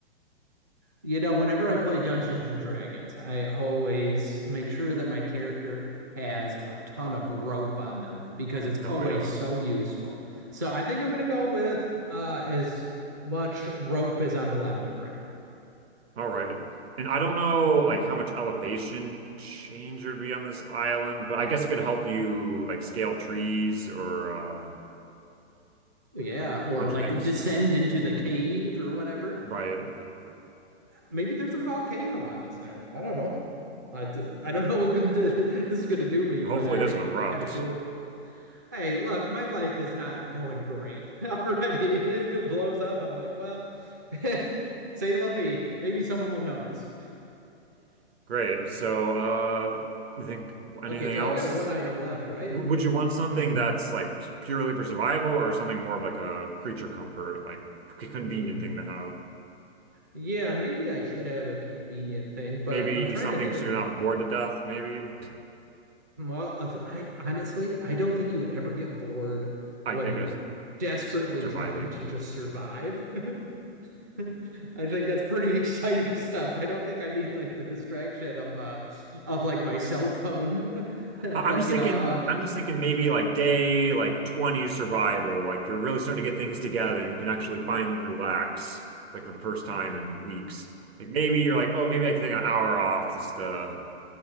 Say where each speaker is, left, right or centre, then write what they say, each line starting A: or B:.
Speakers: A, on the right (about 20°); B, on the right (about 65°).
A: You know, whenever I play Dungeons and Dragons, I always make sure that my character has a ton of rope on them because it's always
B: Oh yeah.
A: so useful. So I think I'm going to go with uh, as much rope as I'm allowed to bring.
B: All right. And I don't know like how much elevation change there'd be on this island, but I guess it could help you like scale trees or uh
A: Yeah,
B: like a
A: or
B: bunch
A: like
B: of things.
A: descend into the cave or whatever.
B: Right.
A: Maybe there's a volcano on this island. I don't know. I I d- I don't know what good th- <laughs> this is going to do me,
B: Hopefully
A: but I
B: it doesn't
A: think
B: erupt.
A: it would be kind of cool. hey, look, my life is not going great <laughs> already. If it blows up, I'm like, well, <laughs> say la vie. Maybe someone will notice.
B: <laughs> Great. So, uh, you think anything
A: Okay, so
B: else?
A: I've got one item left, right?
B: W- Would you want something
A: Hmm.
B: that's like purely for survival or something more of like a creature comfort, like c- convenient
A: Hmm.
B: thing to have?
A: Yeah, maybe I should have a convenient thing, but
B: Maybe
A: I'm trying
B: something
A: to think
B: so
A: of.
B: you're not bored to death, maybe.
A: Well, I honestly, I don't think you would ever get bored
B: <laughs> I,
A: when
B: I guess
A: you're desperately
B: surviving.
A: trying to just survive. <laughs> <laughs> I think that's pretty <laughs> exciting stuff. I don't think I need like the distraction of uh of like my cell phone. <laughs> Like,
B: I- I'm just thinking,
A: you know, uh,
B: I'm just thinking maybe like day like 20 is survival. Like you're really starting to get things together. You can actually finally relax, like for the first time in weeks. Like maybe you're like, oh, maybe I can take an hour off just to